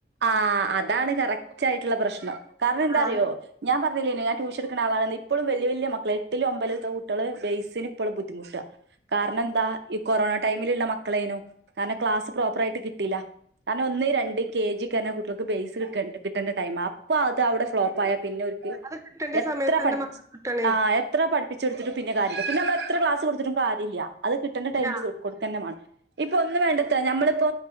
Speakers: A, on the right (about 70°); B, on the right (about 15°).
A: ആ അതാണ് കറക്റ്റ് ആയിട്ടുള്ള പ്രശ്നം കാരണം എന്താ
B: ആഹ്
A: അറിയോ ഞാൻ പറഞ്ഞില്ലേ ഞാൻ ടൂഷനെടുക്കുന്ന ആളാണെന്ന് ഇപ്പോഴും വലിയ വലിയ മക്കളെ എട്ടിലും ഒമ്പതിലുംഎത്തുന്ന കുട്ടികള് ബേസിന് ഇപ്പോഴും ബുദ്ധിമുട്ടാണ് കാരണം എന്താ ഈ കൊറോണ ടൈമിലുള്ള മക്കളെ മക്കളേനു കാരണം ക്ലാസ് പ്രോപ്പർ ആയിട്ട് കിട്ടില കാരണം ഒന്ന് രണ്ട് കെ ജി ചെല കുട്ടികൾക്ക് ബേസ് കണ്ട കിട്ടേണ്ട ടൈം അപ്പോ അത് അവിടെ ഫ്ലോപ്പായ പിന്നൊരിക്ക്
B: അത് കിട്ടേണ്ട
A: എത്ര
B: സമയത്ത് തന്നെ
A: പഠിപ്പിച്ചാലും
B: മക്കക്ക് കിട്ടണേ
A: ആ എത്ര പഠിപ്പിച്ചാലും പഠിപ്പിച്ചേകൊടുത്തിട്ടും പിന്നെ കാര്യില്ല പിന്ന നമ്മ എത്രക്ലാസ് കൊടുത്തിട്ടും കാര്യില്ല അത് കിട്ടേണ്ട
B: ഇല്ല.
A: ടൈമില് കൊടുത്ത തന്നെ മേണം ഇപ്പൊ ഒന്നും വേണ്ടത്ത ഞമ്മളിപ്പോ